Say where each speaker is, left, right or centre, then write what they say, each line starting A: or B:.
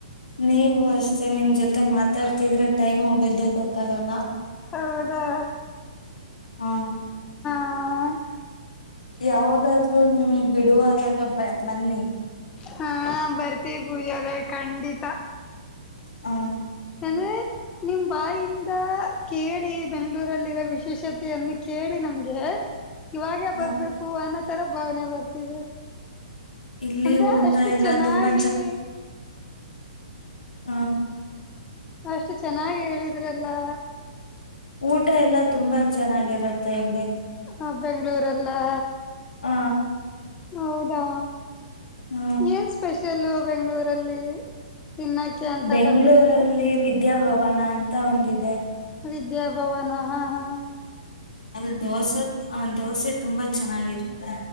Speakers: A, on the left; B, on the left.
A: ನೀವು ಅಷ್ಟೇ ನಿಮ್ ಜೊತೆ ಮಾತಾಡ್ತಿದ್ರೆ ಟೈಮೇ ಹೋಗಿದ್ದ ಗೊತ್ತಾಗಲ್ಲ.
B: ಹೌದಾ,,
A: ಹಾ,
B: ಹಾ <inaudible>
A: ಯಾವುದಾದ್ರೂ ನಿಮಗ್ ಬಿಡುವಾದಾಗ ಬ ಬನ್ನಿ,
B: ಹಾ, ಬರ್ತೀವಿ ಪೂಜಾ ಅವರೆಖಂಡಿತ.
A: ಹ್ಮ <inaudible>
B: ಹೆಂದೆ <unintelligible> ನಿಮ್ಮ ಬಾಯಿಂದ ಕೇಳಿ ಬೆಂಗಳೂರಲ್ಲಿರೋ ವಿಶೇಷತೆಯನ್ನು ಕೇಳಿ ನಮಗೆ ಇವಾಗೇ
A: ಹ
B: ಬರ್ಬೇಕು ಅನ್ನೋ ತರ ಭಾವನೆ ಬರ್ತದೆ.
A: ಇಲ್ಲಿ
B: ಅಂದ್ರೆ
A: ಊಟ
B: ಅಷ್ಟು
A: ಎಲ್ಲಾ
B: ಚೆನ್ನಾಗಿ
A: ತುಂಬಾ ಹಾ‌ <inaudible>
B: ಅಷ್ಟು ಚೆನ್ನಾಗಿ ಹೇಳಿದ್ರಲ್ಲಾ.
A: ಊಟ ಎಲ್ಲ ತುಂಬಾ ಚೆನ್ನಾಗಿರುತ್ತೆ. ಇಲ್ಲಿ
B: ಹಾ, ಬೆಂಗಳೂರಲ್ಲಾ!
A: ಹ
B: ಹೌದಾ!,
A: ಹ್ಮ
B: ಏನ್ ಸ್ಪೆಷಲ್ ಬೆಂಗಳೂರ ಲ್ಲಿ ತಿನ್ನಾಕೆ ಅಂತ
A: ಬೆಂಗಳೂರಲ್ಲಿ
B: ಬಂದ್ರೆ
A: ವಿದ್ಯಾಭವನ ಅಂತ ಒಂದಿದೆ
B: ವಿದ್ಯಾಭವನ ಹಾ, ಹಾ
A: ಅಲ್ಲಿ ದೋಸೆ, ಆ ದೋಸೆ ತುಂಬಾ ಚೆನ್ನಾಗಿರುತ್ತೆ.